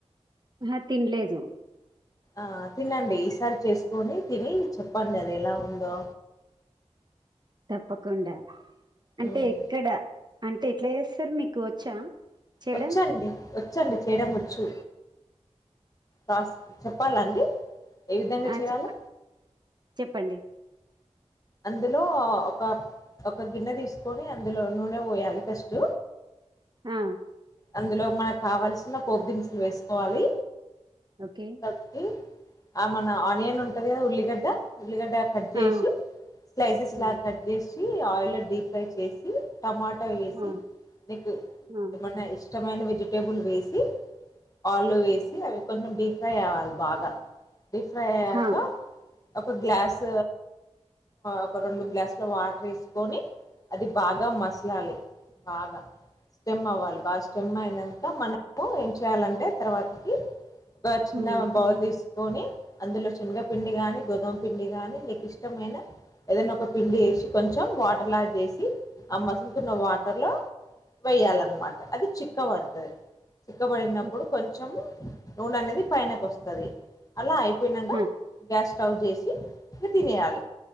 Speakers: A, on the right; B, on the left.
A: ఆహా తినలేదు
B: ఆ తినండి ఈసారి చేసుకొని తిని చెప్పండి అది ఎలా ఉందో
A: తప్పకుండ అంటే
B: మ్మ్
A: ఎక్కడ అన్ ఎట్లా చేస్తర్ మీకు వచ్చా చేయడం
B: వచ్చండి వచ్చండి చేయడం వచ్చు కాస్ చెప్పాలండి ఏ విధంగా
A: ఆ
B: చేయాలో
A: చెప్పం చెప్పండి
B: అందులో ఒక ఒక గిన్నె తీసుకొని అందులో నూనె పోయాలి ఫస్ట్
A: ఆ
B: అందులో మనకు కావాల్సిన దినుసులు వేసుకోవాలి
A: ఓకే
B: శక్తి ఆ మన ఆనియన్ ఉంటది కదా ఉల్లిగడ్డ ఉల్లిగడ్డ కట్ చేసి
A: ఆ
B: స్లైసెస్
A: ఉమ్
B: లా కట్ చేసి ఆయిల్ లో డీప్ ఫ్రై చేసి టమాటొ వేసి
A: ఆ
B: నీకు
A: ఆ
B: ఏమన్నా ఇష్టమైన వెజి వెజిటేబుల్ వేసి ఆల్లో వేసి అవి కొంచెం డీప్ ఫ్రైఅవాలి బాగా డీప్ ఫ్రై అయ్యాక
A: హా
B: ఒక గ్లాస్ ఒక రెండు గ్లాసుల వాటర్ వేసుకొని అది బాగా మసలాలి బాగా స్టెమ్ అవ్వాలి బాగా స్టెమ్ అయినాక మనము ఏం చేయాలంటే తర్వాతకి బచ్నా
A: ఉమ్
B: బౌల్ తీసు కొని అందులో శనగపిండి గాని గోధుమ పిండి గాని నీకు ఇష్టమైన ఏదైనా ఒక పిండి వేసి కొంచెం వాటర్లా చేసి ఆ మసులుతున్న వాటర్లో వేయాలన్నమాట అది చిక్క బడతది చిక్కబడినప్పుడు
A: ఓకే
B: కొంచము నూనె అనేది పైనకి వస్తుంది అలా అయి <unintelligible>
A: హా
B: గ్యాస్ స్టవ్ చేసి ఇక తినేయాలి